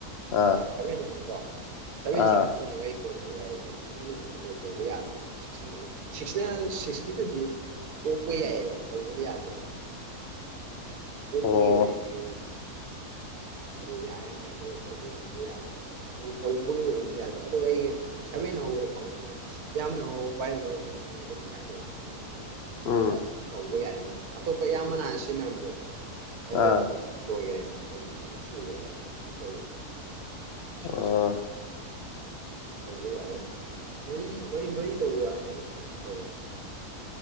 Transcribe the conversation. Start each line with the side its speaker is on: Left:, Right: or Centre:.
Left: ꯑꯥ
Right: ꯁꯚꯦꯟꯗ ꯅꯠꯇ꯭ꯔꯣ ꯁꯚꯦꯟꯁꯤ
Left: ꯑꯥ
Right: ꯈꯛꯇꯤꯅꯦꯕ ꯑꯩ ꯀꯣꯜ ꯇꯧ ꯌꯥꯏꯁꯦ ꯑꯃꯗꯗꯤ ꯀꯣꯜ ꯇꯧꯕ ꯌꯥꯗ꯭ꯔꯦꯕ ꯁꯤꯛꯁꯅ ꯁꯤꯛꯁꯅ ꯁꯤꯛꯁ ꯁꯤꯗꯨꯗꯤ ꯑꯣꯛꯄ ꯌꯥꯏꯑꯕ ꯇꯧꯕꯗꯤ ꯌꯥꯗ꯭ꯔꯦꯕ ꯎꯄꯒꯤ
Left: ꯑꯣ
Right: ꯑꯣꯏꯗꯤ ꯍꯥꯏꯗꯤ ꯌꯥꯔꯅꯤ ꯑꯔ ꯇꯧꯕꯤꯕ ꯌꯥꯗ꯭ꯔ ꯇꯧꯕꯒꯤ ꯑꯣꯏꯗꯤ ꯌꯥꯗ꯭ꯔꯦ ꯑꯗꯨꯒ ꯑꯩꯒꯤ ꯁꯕꯦꯟ ꯍꯧꯔꯦ ꯑꯩꯅ ꯌꯥꯝꯅ ꯍꯧ ꯄꯥꯏꯔꯤꯕ ꯊꯣꯡꯃꯣ ꯑꯗꯨ ꯑꯗꯨꯝ ꯍꯥꯏꯕ ꯈꯪꯗꯦ
Left: ꯎꯝ
Right: ꯁꯤꯗ ꯇꯧꯕ ꯌꯥꯔꯅꯤ ꯑꯇꯣꯞꯄ ꯏꯌꯥꯝꯕꯅ ꯍꯥꯟꯅ ꯁꯤꯖꯤꯟꯅꯔꯝꯕꯗꯣ ꯑꯗꯨꯗꯗꯤ
Left: ꯑꯥ
Right: ꯂꯣꯏꯈꯔꯦꯕ ꯍꯥꯏꯗꯤ ꯃꯁꯤꯡ ꯁꯨꯈꯔꯦꯕ ꯑꯗꯨꯝ ꯇꯧꯋꯦꯕ ꯁꯤꯃꯤꯁꯤꯗ
Left: ꯑꯣ
Right: ꯇꯧꯕ ꯌꯥꯔꯦ ꯃꯔꯤ ꯃꯔꯤ ꯃꯔꯤ ꯇꯧꯕ ꯌꯥꯔꯦ ꯃꯔꯤ ꯇꯧ